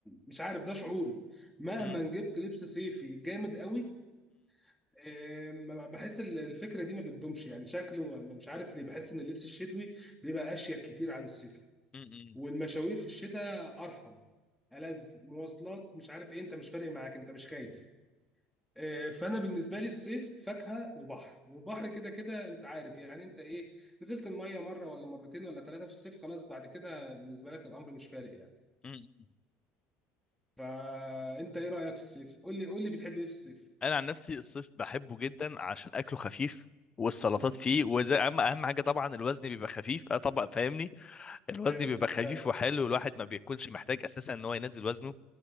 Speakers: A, in the centre; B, on the left (about 25°).
A: مش عارف ده شعوري مهما
B: امم
A: جبت لبس صيفي جامد قوي إيه، ما- بحس ال- الفكره دي ما بتدومش يعني شكله ما- مش عارف ليه بحس ان اللبس الشتوي بيبقى اشيك كتير عن الصيفي
B: امم
A: والمشاوير في الشتاء ارحم ألذ مواصلات مش عارف ايه انت مش فارق معاك انت مش خايف آه، فانا بالنسبه لي الصيف فاكهه وبحر والبحر كده كده انت عارف يعني انت ايه نزلت الميه مره ولا مرتين ولا ثلاثه في الصيف خلاص بعد كده بالنسبه لك الامر مش فارق يعني
B: امم
A: فانت ايه رايك في الصيف قول لي قول لي بتحب ايه في الصيف
B: انا عن نفسي الصيف بحبه جدا عشان اكله خفيف والسلطات
A: مم.
B: فيه وزي اهم اهم حاجه طبعا الوزن بيبقى خفيف اه طبعا فاهمني الوزن
A: ايوه
B: بيبقى
A: دي
B: خفيف
A: فعلا
B: وحلو الواحد ما بيكونش محتاج اساسا ان هو ينزل وزنه